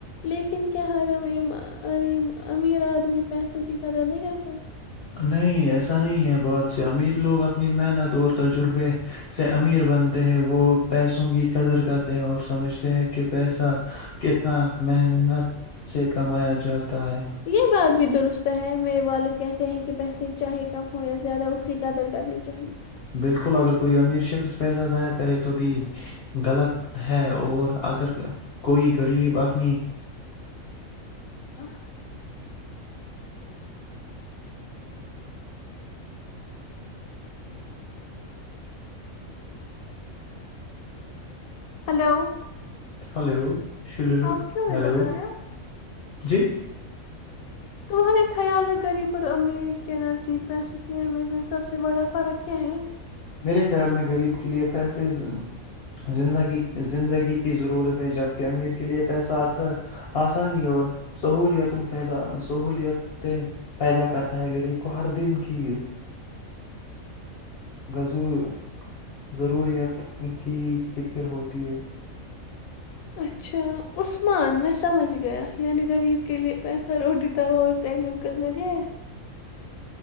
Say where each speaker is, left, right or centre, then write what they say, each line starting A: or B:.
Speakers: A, on the left (about 80°); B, on the left (about 55°).
A: لیکن کیا ہم ام امیر آدمی پیسوں کی کدر نہیں کرتا
B: نہیں ایسا نہیں ہے بہت سے امیر لوگ اپنی محنت اور تجربے سے امیر بنتے ہیں وہ پیسوں کی قدر کرتے ہیں اور سمجھتے ہیں کہ پیسہ کتنا محنت سے کمایا جو ہوتا ہے
A: یہ بات بھی درست ہے میرے والد کہتے ہیں کہ پیسے چاہے کم ہو یا زیادہ اس کی قدر کرنی چاہیے
B: بالکل اگر کوئی امیر شخص پیسہ ضائع کرے تو بھی غلط ہے اور اگر کوئی غریب اپنی
A: <inaudible> ہلو
B: ہلو شلولو
A: اپ کیوں نہیں
B: ہلو
A: بتا رہے ہو
B: جی
A: تمہارے خیال ہے غریب اور امیر کے نزدیک پسوں کی امی اس میں سب سے بڑا فرق کیا ہے
B: میرے خیال میں غریب کے لیے پیسے زندگی زندگی کی ضرورت ہے جبکہ امیر کے لیے پیسہ اکثر آسانی اور سہولیتوں پیدا سہولیتیں پیدا کرتا ہے غریب کو ہر دن کی ذور ضروریت کی فکر ہوتی ہے
A: اچھا عثمان میں سمجھ گیا یعنی غریب کے لیے پیسہ روٹی دوا اور <unintelligible>